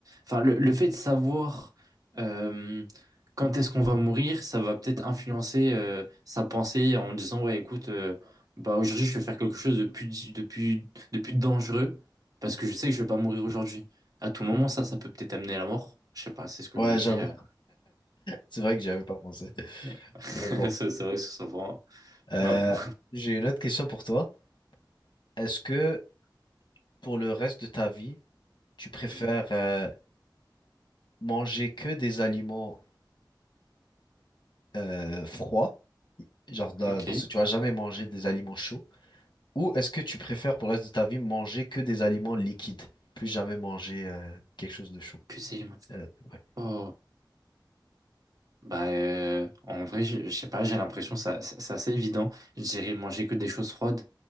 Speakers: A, on the right; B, on the left.
A: enfin, le, le fait de savoir euh, quand est-ce qu'on va mourir, ça va peut-être influencer euh, sa pensée en disant, ouais, écoute, euh, bah, aujourd'hui, je vais faire quelque chose de plus, de plus, de plus dangereux, parce que je sais que je vais pas mourir aujourd'hui. À tout moment, ça, ça peut peut-être amener à la mort. Je sais pas, c'est ce que
B: Ouais,
A: je me dis.
B: j'avoue.
A: euh.
B: C'est vrai que j'y avais pas pensé.
A: <laughs> C'est
B: Mais bon.
A: c'est vrai que ce soit vraiment-
B: Euh,
A: bah, Voilà.
B: j'ai une autre question pour toi. Est-ce que pour le reste de ta vie, tu préfères,
A: Hum,
B: euh, manger que des aliments euh, froid, genre dans,
A: Ok.
B: dans ce que tu vas jamais manger des aliments chauds, ou est-ce que tu préfères pour le reste de ta vie manger que des aliments liquides, plus jamais manger euh, quelque chose de chaud.
A: Que c'est...
B: Euh, ouais.
A: Oh. Bah, euh, en vrai, je, je sais pas, j'ai l'impression que ça, ça- c'est assez évident. Je dirais manger que des choses froides.